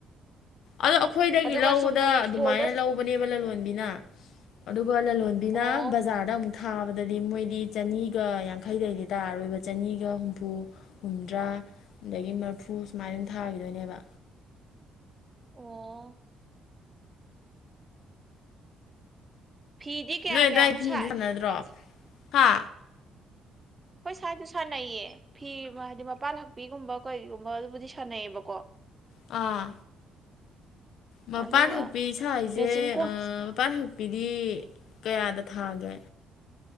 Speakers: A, on the left (about 70°); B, on the right (about 15°).
A: ꯑꯗꯣ ꯑꯩꯈꯣꯏꯗꯒꯤ
B: ꯑꯗꯨꯒ
A: ꯂꯧꯕꯗ
B: ꯆꯨꯝꯅꯒꯤ
A: ꯑꯗꯨꯃꯥꯏꯅ
B: ꯏꯀꯣꯜꯗ
A: ꯂꯧꯕꯅꯦꯕ ꯂꯂꯣꯟꯕꯤꯅ ꯑꯗꯨꯒ ꯂꯂꯣꯟꯕꯤꯅ
B: ꯑꯣ
A: ꯕꯖꯥꯔꯗ ꯑꯃꯨꯛ ꯊꯥꯕꯗꯗꯤ ꯃꯣꯏꯗꯤ ꯆꯅꯤꯒ ꯌꯥꯡꯈꯩꯗꯩꯗꯤ ꯇꯥꯔꯔꯣꯏꯕ ꯆꯅꯤꯒ ꯍꯨꯝꯐꯨ ꯍꯨꯝꯗ꯭ꯔꯥ ꯑꯗꯒꯤ ꯃꯔꯐꯨ ꯁꯨꯃꯥꯏꯅ ꯗꯨꯝ ꯊꯥꯒꯤꯗꯣꯏꯅꯦꯕ
B: ꯑꯣ ꯐꯤꯗꯤ ꯀꯌꯥ
A: ꯅꯣꯏ ꯑꯗꯨꯋꯥꯏ
B: ꯀꯌꯥꯃꯨꯛ
A: ꯐꯤ
B: ꯁꯥꯏ
A: ꯗ ꯁꯥꯟꯅꯗ꯭ꯔꯣ ꯍꯥ
B: ꯈꯣꯏ ꯁ꯭ꯥꯏꯗ ꯁꯥꯟꯅꯩꯌꯦ ꯐꯤ ꯍꯥꯏꯗꯤ ꯃꯄꯥꯥꯟ ꯍꯛꯄꯤꯒꯨꯝꯕ ꯀꯩꯒꯨꯝꯕ ꯑꯗꯨꯕꯨꯗꯤ ꯁꯥꯟꯅꯩꯌꯦꯕꯀꯣ
A: ꯑꯥ ꯃꯄꯥꯟ
B: ꯑꯗꯨꯒ
A: ꯍꯛꯄꯤ ꯁꯥꯏꯖꯦ
B: ꯃꯦꯆꯤꯟ ꯀꯣꯟ
A: ꯑꯥ ꯃꯄꯥꯟ ꯍꯛꯄꯤꯗꯤ ꯀꯌꯥꯗ ꯊꯥꯒꯦ